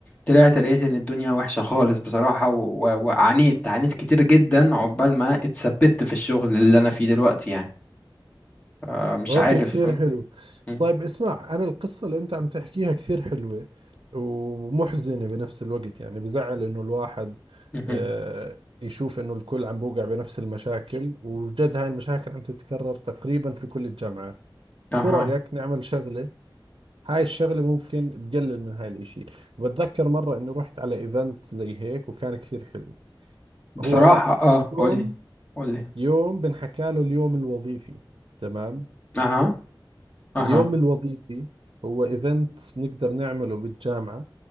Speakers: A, on the left; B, on the right.
A: طلعت لقيت ان الدنيا وحشة خالص بصراحة و- و- وعانيت عانيت كتير جدا عقبال ما اتثبت في الشغل اللي انا فيه دلوقتي يعني آه، مش
B: اوكي
A: عارف
B: كثير
A: م-
B: حلو
A: م-
B: طيب اسمع انا القصة اللي انت عم تحكيها كثير حلوة ومحزنة بنفس الوقت يعني بزعل انه الواحد
A: مهم.
B: آه، يشوف انه الكل عم بوقع بنفس المشاكل وجد هاي المشاكل عم تتكرر تقريبا في كل الجامعات
A: اها
B: شو رأيك نعمل شغلة هاي الشغلة ممكن تقلل من هاي الاشي بتذكر مرة اني رحت على ايفنت زي هيك وكان كثير حلو
A: بصراحة
B: هو
A: اه
B: يوم
A: قولي قولي
B: يوم بنحكى له اليوم الوظيفي تمام
A: اها اها
B: اليوم الوظيفي هو ايفنت بنقدر نعمله بالجامعة